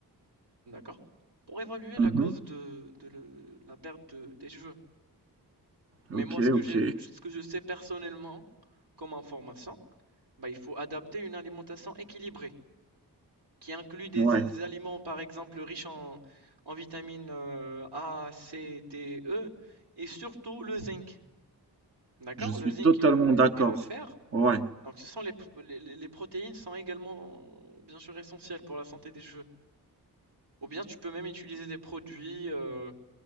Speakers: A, on the right; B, on the right.
A: d'accord, pour évaluer
B: Mhm.
A: la cause de, de le- la perte de tes cheveux.
B: Ok,
A: Mais moi, ce que
B: ok.
A: j'ai, ce que je sais personnellement comme information, bah, il faut adapter une alimentation équilibrée. qui inclut des,
B: Ouais,
A: des aliments, par exemple, riches en, en vitamines euh, A, C, D, E, et surtout le zinc. D'accord?
B: je suis
A: Le zinc
B: totalement
A: et le,
B: d'accord.
A: et le fer.
B: Ouais,
A: Donc, ce sont les, les, les- protéines sont également, euh, bien sûr, essentielles pour la santé des cheveux. Ou bien, tu peux même utiliser des produits euh,